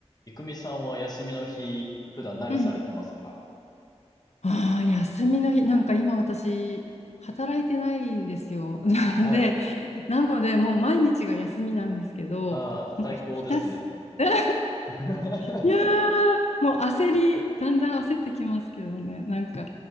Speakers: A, on the left; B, on the left.
A: いくみさんは休みの日、普段何されてますか
B: うんああ、休みの日、なんか今私、働いてないんですよ。<laughs>
A: はい。
B: で、なので、もう毎日が休みなんですけど、
A: ああ、最高ですね。
B: もうひたす、<laughs>
A: <laughs>
B: いやー、もう焦り、だんだん焦ってきますけどね、なんか、